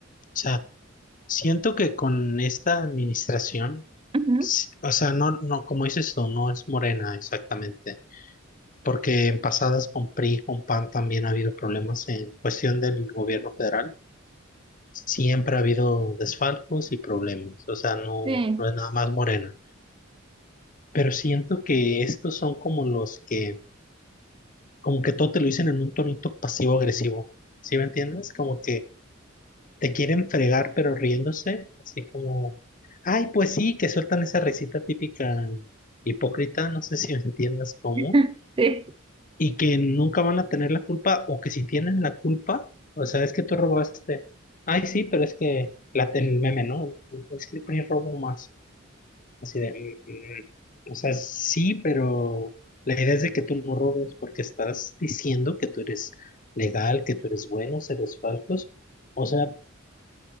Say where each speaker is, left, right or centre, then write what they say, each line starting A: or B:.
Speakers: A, on the left (about 40°); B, on the right (about 25°).
A: sea, siento que con esta administración
B: Ujú,
A: Sí, O sea, no, no, como dices tú, no es morena exactamente, porque en pasadas con PRI, con PAN también ha habido problemas en cuestión del gobierno federal. Siempre ha habido desfalcos y problemas, o sea, no,
B: Sí,
A: no es nada más morena. Pero siento que estos son como los que, como que todo te lo dicen en un tonito pasivo-agresivo, ¿sí me entiendes? Como que te quieren fregar pero riéndose, así como, ay, pues sí, que sueltan esa recita típica hipócrita, no sé si me entiendes cómo
B: <laughs> Sí,
A: y que nunca van a tener la culpa o que si tienen la culpa, o sea, es que tú robaste. Ay, sí, pero es que la, el meme, ¿no? Es que el PRI robó más. Así de, mm, o sea, sí, pero la idea es de que tú no robes porque estás diciendo que tú eres legal, que tú eres bueno, seres falsos. O sea,